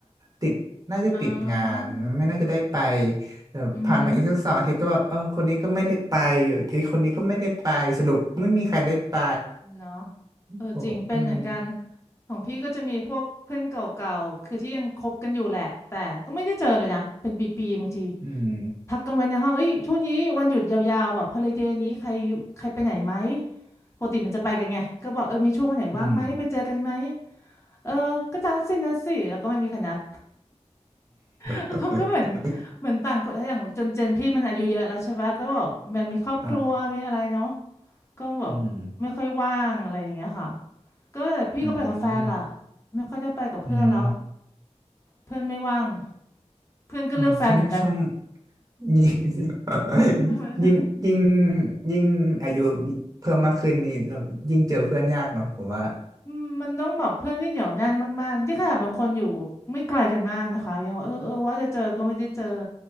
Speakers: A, on the right; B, on the left.
A: ติดน่าจะติดงานไม่น่าจะได้ไป
B: อ่า
A: เออผ่านมาอีกสักสองอาทิตย์ก็ว่าเออคนนี้ก็ไม่ได้ไป
B: อือหือ
A: อีกคนนี้ก็ไม่ได้ไปสรุปไม่มีใครได้ไป
B: เนาะ
A: <laughs>
B: เออจริงเป็นเหมือนกัน
A: บอกว่าอืม
B: ของพี่ก็จะมีพวกเพื่อนเก่าๆคือที่ยังคบกันอยู่แหละแต่ก็ไม่ได้เจอเลยนะเป็นปีๆบางที
A: อืม
B: ทักกันไว้ในห้องเอ้ยช่วงนี้วันหยุดยาวๆแบบฮอลิเดย์นี้ใครใครไปไหนไหมปกติมันจะไปกันไงก็บอกเออมีช่วงวันไหนว่างไหมไปเจอกันไหม
A: อืม
B: เออก็จัดสินะสิแล้วก็ไม่มีใครนัด <laughs>
A: ค
B: เราก็เหมือนเหมือนต่างคนถ้าอย่างจนเจนพี่มันอายุเยอะแล้วใช่ปะก็แบบมันมีครอบครัวมีอะไรเนาะ
A: รับ
B: ก็แบบไม่ค่อยว่างอะไรอย่างเงี้ยค่ะ
A: อืม
B: ก็พี่ก็ไปกับแฟนล่ะ
A: อืม
B: ไม่ค่อยได้ไปกับเพื่อนแล้ว
A: อืม
B: เพื่อนไม่ว่างเพื่อนก็เลือกแฟนเหมือนกัน
A: เออช่วงช่วงยิ่ง
B: ประมาณนั้น
A: <laughs> ยิ่งยิ่งยิ่งอายุเพิ่มมากขึ้นนี่เรายิ่งเจอเพื่อนยากเนาะผมว่า
B: อืมมันต้องแบบเพื่อนที่เหนียวแน่นมากๆที่ขนาดบางคนอยู่ไม่ไกลกันมากนะคะยังว่าเออเออว่าจะเจอก็ไม่ได้เจอ